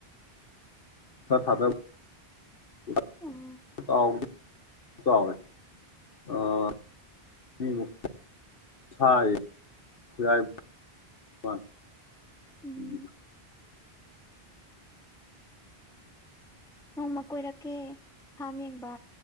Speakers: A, on the left (about 60°); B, in the centre.
A: ꯈꯔ
B: ꯎꯝ
A: ꯊꯥꯗꯕꯋꯦ ꯁꯥꯏ
B: ꯎꯝ ꯅꯣꯡꯃ ꯀꯣꯏꯔꯛꯀꯦ ꯊꯥꯝ ꯌꯦꯡꯕ